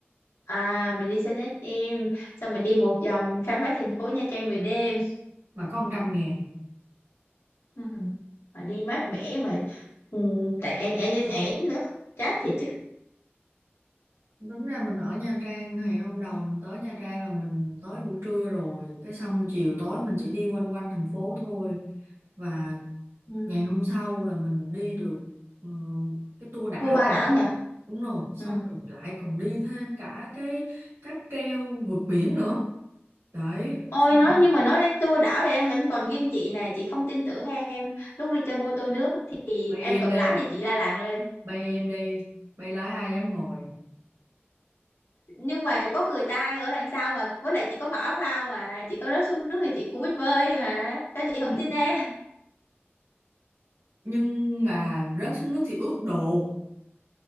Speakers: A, on the left; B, on the right.
A: à mình đi xe nét em xong mình đi một vòng khám phá thành phố Nha Trang về đêm
B: mà có một trăm ngàn
A: ừ. mà đi mát mẻ mà ừ, tại én én én én nữa chát thiệt chứ
B: tính ra mình ở Nha Trang ngày hôm đầu mình tới Nha Trang là mình tới buổi trưa rồi cái xong chiều tối mình chỉ đi quanh quanh thành phố thôi và
A: ừ.
B: ngày hôm sau là mình đi được ờ, cái tour đảo
A: vô Ba
B: này
A: Lão nhờ
B: đúng rồi xong
A: ừ.
B: rồi lại còn đi thêm cả cái cáp treo vượt biển nữa đấy
A: Ôi
B: xong
A: nói nhưng mà nói đến tour đảo thì em vẫn còn ghim chị này chị không tin tưởng em lúc đi chơi mô tô nước thì
B: bay
A: em
B: im
A: cầm
B: đi
A: lái thì chị la làng lên
B: bay im đi bay lái ai dám ngồi
A: nhưng mà có người ta ở đằng sau mà với lại chị có mặc áo phao mà chị có rớt xuống nước thì chị cũng biết bơi mà sao chị
B: nhưng,
A: không tin em
B: nhưng mà rớt xuống nước thì ướt đồ